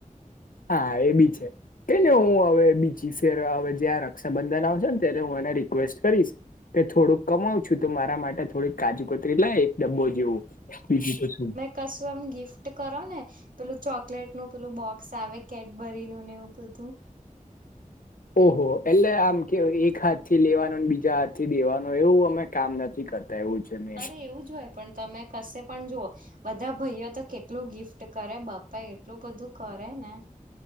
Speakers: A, on the left; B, on the right.
A: હા એ બી છે. કેને હું હવે બીજી ફેર હવે જ્યાં રક્ષાબંધન આવશે ને ત્યારે હું એને રિક્વેસ્ટ કરીશ. કે થોડુંક કમાવું છું તો મારા માટે થોડીક કાજુકોતરી લાય એક ડબ્બો જેવું બીજું તો શું.
B: કસવમ ગિફ્ટ કરો ને પેલું ચોકલેટ નું પેલું બોક્સ આવે કેડબરી નું ને એવું બધું.
A: ઓહો એટલે આમ કે એક હાથથી લેવાનો બીજા હાથ થી દેવાનું એવું અમે કામ નથી કરતા એવું. છે મેન.
B: અરે એવું જ હોય પણ તમે કશે પણ જોઓ બધા ભાઈઓ તો કેટલું ગિફ્ટ કરે બાપા એટલું બધું કરે ને